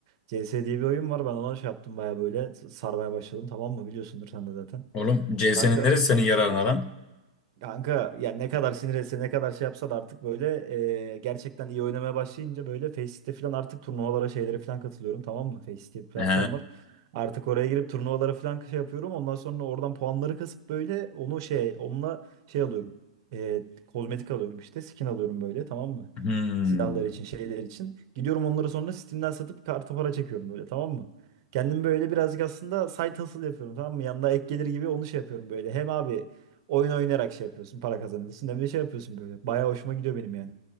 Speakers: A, on the right (about 35°); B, on the left (about 20°).
A: CS diye bir oyun var ben ona şey yaptım bayağı böyle sarmaya başladım tamam mı? Biliyorsundur sen de zaten.
B: Oğlum CS'nin
A: Kanka
B: neresi senin yararına lan?
A: Kanka yani ne kadar sinir etse ne kadar şey yapsa da artık böyle e, gerçekten iyi oynamaya başlayınca böyle Faceit falan artık turnuvalara şeylere falan katılıyorum tamam mı? Faceit diye bir platform
B: He.
A: var. Artık oraya girip turnuvalara falan şey yapıyorum. Ondan sonra oradan puanları kasıp böyle onu şey onunla şey alıyorum. E, kozmetik alıyorum işte skin alıyorum böyle tamam mı?
B: Hmm.
A: Silahlar için şeyler için. Gidiyorum onları sonra Steam'den satıp karta para çekiyorum böyle tamam mı? Kendim böyle birazcık aslında side hustle yapıyorum tamam mı? Yanında ek gelir gibi onu şey yapıyorum böyle. Hem abi Oyun oynayarak şey yapıyorsun, para kazanıyorsun. Hem de şey yapıyorsun böyle. Bayağı hoşuma gidiyor benim yani.